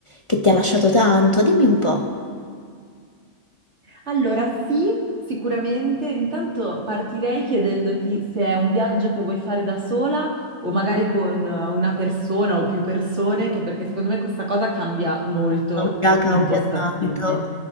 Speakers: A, on the left; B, on the right.
A: che ti ha lasciato tanto? Dimmi un po'.
B: Allora, sì, sicuramente. Intanto partirei chiedendoti se è un viaggio che vuoi fare da sola o magari con eh, una persona o più persone, che perché secondo me questa cosa cambia molto
A: Cambia, cambia
B: l'impostazione.
A: tanto.